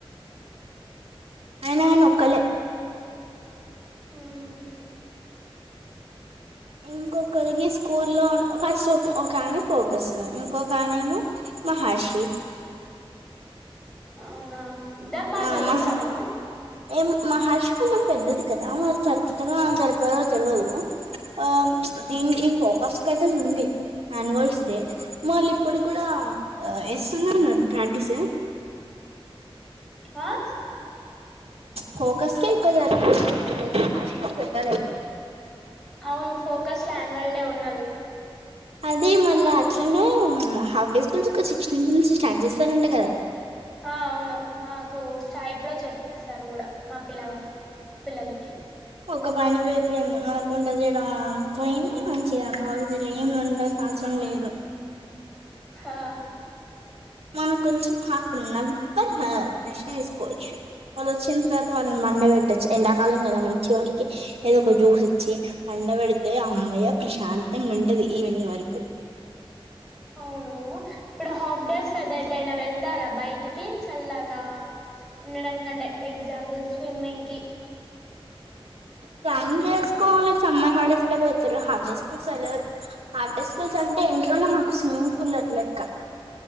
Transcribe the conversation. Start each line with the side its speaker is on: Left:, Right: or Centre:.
Right: ఆయనగాని ఒక్కలే
Centre: అవున
Right: ఇంకొకరికి స్కూల్లో ఫస్ట్ ఒక ఆమె ఫోకస్ ఇంకొక ఆమె ఏమో మహర్షి
Centre: అవునా ఇద్దరు బాగా
Right: ఆ
Centre: చదువుతారా
Right: మహ ఏం మాహర్షి కొంచెం పెద్దది కదా మళ్ళ సరిపుతాదొ సరిపొదొ తెలవదు ఆ దీనికి ఫోకస్ కయితే ఉంది అన్వల్స్ డే వాళ్ళు ఇప్పుడు కూడా ఇస్తున్నారున్నారు గా ప్రాక్టీస్
Centre: ఆ
Right: ఫోకస్ కే ఎక్కువ సరిపోతాది <unintelligible> హష బెటర్ అది
Centre: అవును ఫోకస్ లో యన్యువల్ డే ఉన్నది
Right: అదే మళ్ళా అట్లనే హాఫ్ డే స్కూల్ సిక్స్టీన్త్ నుంచి స్టార్ట్ చేస్తారంట కదా
Centre: ఆ అవును మాకు స్టాటర్డే చెప్పేశారు కూడా మా పిల్లవాళ్ళు పిల్లలకి
Right: ఒక పని పడిపోయింది లేకుంటే వంట చేయడం పోయింది మంచిగా బాగుంది ఏమ్ వండాల్సిన అవసరం లేదు
Centre: హా
Right: మనం కొంచెం హాఫ్న్ంతా రెస్ట్ తీసుకోవచ్చు వాళ్ళు వచ్చిన వ <unintelligible> ళ మండే బొయ్ తేచ్చి ఎండాకాలం గదా మంచి వారికి ఏదో ఒక జ్యూస్ ఇచ్చి అండ పెడితే, అమ్మయ్య ప్రశాంతంగా ఉంటది ఈవినింగ్ వరకు.
Centre: అవును ఇప్పుడ్ హాఫ్ డేస్క్ కద ఎటైనా వెళ్తారా బయటికి చల్లగా ఉండటంకంటే ఎగ్జాంపుల్స్ స్విమ్మింకి
Right: ప్లానింగ్ చేసుకోవాలి సమ్మర్ హాడేస్ లో పోతారు హాఫే స్కూల్స్ వెళ్లరు, హాఫే స్కూల్స్ అంటే ఇంట్లోనే మాకు స్విమ్మింగ్ పూల్ అట్లెక్క.